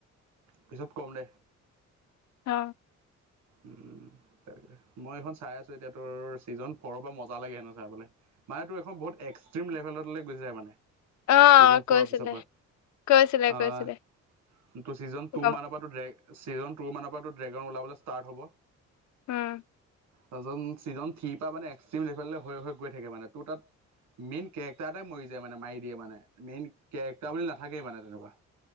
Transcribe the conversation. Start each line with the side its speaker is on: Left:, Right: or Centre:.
Right: পিছত কম দে।
Left: অ,
Right: উ তাকে মই এইখন চাই আছো এতিয়া, তোৰ ছিজন ফ'ৰ খন মজা লাগে হেনো চাই পেলাই। মানে তো এখন বহুত এক্টিম লেভেললৈ গোছিযায় মানে।
Left: অ
Right: সিজন
Left: কৈছিলে
Right: ফৰৰ পিছৰ পৰা।
Left: কৈছিলে
Right: আহ
Left: কৈছিলে
Right: ছিজন টু
Left: গম
Right: মানৰ পৰা ড্ৰে, ছিজন টু মানৰ পৰা ড্ৰেগন ওলাবলৈ ষ্টাৰ্ট হ'ব।
Left: উম,
Right: ত ছিজন থিৰ পৰা মানে এক্সট্ৰিম লেভেল হৈ হৈ গৈ থাকে মানে। তোৰ তাত মেইন কেৰেক্টাৰ এই মৰি যায় মানে, মাৰি দিয়ে মানে। মেইন কেৰেক্টাৰ বুলি নাথাকেই মানে তেনেকুৱা।